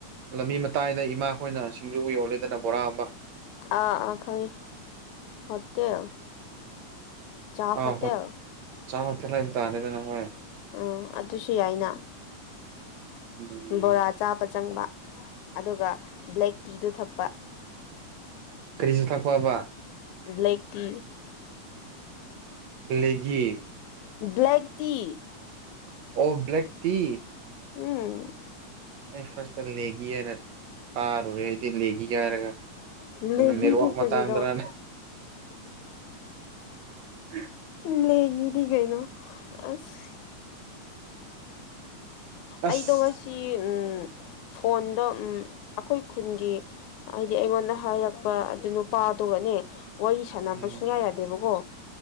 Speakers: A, on the right; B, on the left.
A: ꯂꯝꯕꯤ ꯃꯇꯥꯏꯗ ꯏꯃꯥꯈꯣꯏꯅ ꯁꯤꯡꯖꯨꯕꯨ ꯌꯣꯂꯦꯗꯅ ꯕꯣꯔꯥ ꯒꯨꯝꯕ
B: ꯑꯥ ꯑ ꯈꯪꯉꯦ ꯍꯣꯇꯦꯜ ꯆꯥ
A: ꯑ
B: ꯍꯣꯇꯦꯜ
A: ꯍꯣ ꯆꯥ <unintelligible> ꯇꯗꯅꯦ ꯍꯣꯔꯦꯟ
B: ꯎꯝ ꯑꯗꯨꯁꯨ ꯌꯥꯏꯅ
A: ꯎꯝ
B: ꯕꯣꯔꯥ ꯕꯣꯔꯥ ꯆꯥꯕ ꯆꯪꯕ ꯑꯗꯨꯒ ꯕ꯭ꯂꯦꯛ ꯇꯤꯗꯨ ꯊꯛꯄ
A: ꯀꯔꯤꯁꯨ ꯊꯥꯛꯄꯕ
B: ꯕ꯭ꯂꯦꯛ ꯇꯤ
A: ꯂꯩꯖꯤ
B: ꯕ꯭ꯂꯦꯛ ꯇꯤ
A: ꯑꯣ ꯕ꯭ꯂꯦꯛ ꯇꯤ
B: ꯎꯝ
A: ꯑꯩ ꯐꯥꯁꯇ ꯇꯥꯏ꯭ꯝ ꯂꯩꯒꯤ ꯍꯥꯏꯅ ꯇꯥꯔꯨꯔꯦ ꯑꯩꯗꯤ ꯂꯩꯒꯤ ꯍꯥꯏꯔꯒ
B: ꯂꯩꯒꯤ
A: ꯀꯩꯅꯣ ꯅꯦꯠꯋꯥꯛ
B: ꯗꯤ ꯀꯔꯤꯔ
A: ꯃꯇꯥꯡꯗꯔꯅ <unintelligible>
B: ꯂꯩꯒꯤꯗꯤ ꯀꯩꯅꯣ ꯑꯁ
A: ꯑꯁ
B: ꯑꯩꯗꯣ ꯉꯁꯤ ꯎꯝ ꯐꯣꯟꯗ ꯎꯝ ꯑꯩꯈꯣꯏ ꯈꯨꯟꯒꯤ ꯍꯥꯏꯗꯤ ꯑꯩꯉꯣꯟꯗ ꯍꯥꯏꯔꯛꯄ ꯑꯗꯨ ꯅꯨꯄꯥꯗꯨꯒꯅꯦ ꯋꯥꯔꯤ ꯁꯥꯅꯥ ꯁꯥꯟꯅꯕ
A: ꯎꯝ
B: ꯁꯨꯡꯌꯥ ꯌꯥꯗꯦꯕꯀꯣ